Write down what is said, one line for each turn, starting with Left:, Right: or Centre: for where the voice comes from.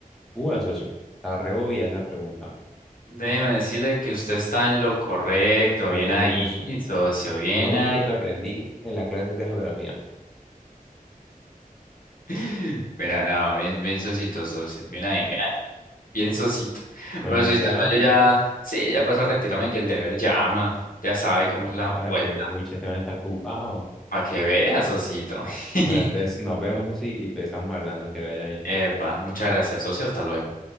Centre: Uy, socio. La rebobia esa pregunta.
Left: Déjeme decirle que usted está en lo correcto.
Centre: ¿Para
Left: Bien
Centre: qué,
Left: ahí,
Centre: socio?
Left: <laughs> socio, bien
Centre: Lo único
Left: ahí.
Centre: que aprendí en la clase de geografía.
Left: <laughs> Mira, no, bien, bien socito, socio. Bien ahí, bien ahí. Bien socito.
Centre: Bueno,
Left: Bueno,
Centre: así
Left: socito,
Centre: entonces
Left: entonces
Centre: vamos.
Left: yo ya, sí, ya paso a retirarme que el deber llama. Ya sabe cómo es la
Centre: Ay,
Left: vuelta.
Centre: pues, pucha, este man está ocupado.
Left: Para que vea, socito. <laughs>
Centre: Bueno, entonces nos vemos, socio, y pues estamos hablando, que le vaya bien.
Left: Epa, muchas gracias, socio. Hasta luego.